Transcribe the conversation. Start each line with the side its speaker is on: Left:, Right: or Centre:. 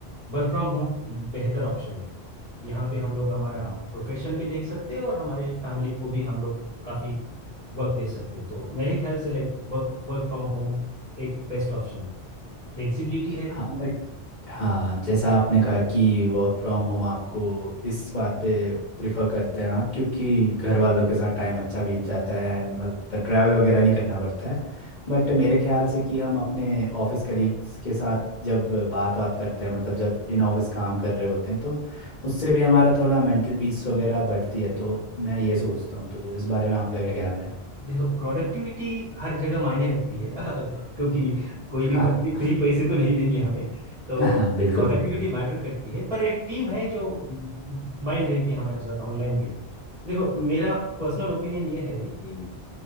Right: वर्क फ्रॉम होम बेहतर ऑप्शन है यहाँ पे हम लोग हमारा
Left: हाँ।
Right: प्रोफेशन भी देख सकते हैं और हमारे फैमिली को भी हम लोग काफी वर्क दे सकते हो तो मेरे ख्याल से like work work from home एक बेस्ट ऑप्शन है फ्लेक्सिबिलिटी है
Left: हाँ बट हाँ जैसा आपने कहा कि वर्क फ्रॉम होम आपको इस बात पे प्रिफर करते हैं आप क्योंकि घर वालों के साथ टाइम अच्छा बीत जाता है and मतलब ट्रैवल वगैरह नहीं करना पड़ता है बट मेरे ख्याल से कि हम अपने ऑफिस कलीग्स के साथ जब बात बात करते हैं मतलब जब इन ऑफिस काम कर रहे होते हैं तो उससे भी हमारा थोड़ा मेंटल पीस वगैरह बढ़ती है तो मैं ये सोचता हूँ तो इस बारे में आपका क्या ख्याल है
Right: देखो प्रोडक्टिविटी हर जगह मायने रखती है <laughs> क्योंकि कोई
Left: <laughs>
Right: भी कंपनी फ्री पैसे तो नहीं देंगे हमें तो
Left: हाँ हाँ बिल्कुल
Right: प्रोडक्टिविटी
Left: सही कहा
Right: मैटर करती है पर एक टीम है जो माइंड रहती है हमारे साथ ऑनलाइन भी देखो मेरा पर्सनल ओपिनियन ये है कि